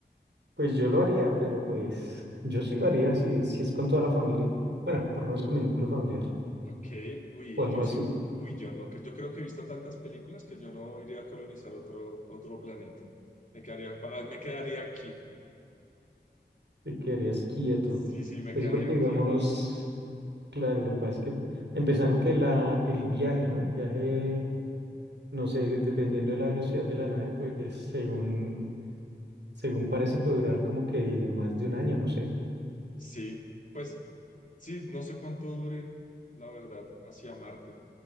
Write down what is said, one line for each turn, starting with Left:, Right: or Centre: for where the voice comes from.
Right: pues yo lo haría, pero pues yo sí lo haría si, si es con toda la familia. Bueno, por lo menos con mi núcleo familiar
Left: Ok, uy,
Right: o algo
Left: yo
Right: así,
Left: sí, uy, yo no, que- yo creo que he visto tantas películas que yo no iría a colonizar otro, otro planeta. Me quedaría, ah, me quedaría aquí.
Right: te quedarías quieto.
Left: Sí, sí, me
Right: Pues
Left: quedaría
Right: sí, porque digamos,
Left: quieta.
Right: claro, lo que pasa es que empezando que la, el viaje, ¿no? El viaje, no sé, dependiendo de la velocidad de la nave, pues según, según parece puede durar como que más de un año, no sé.
Left: Sí, pues, sí, no sé cuánto dure, la verdad, hacia Marte,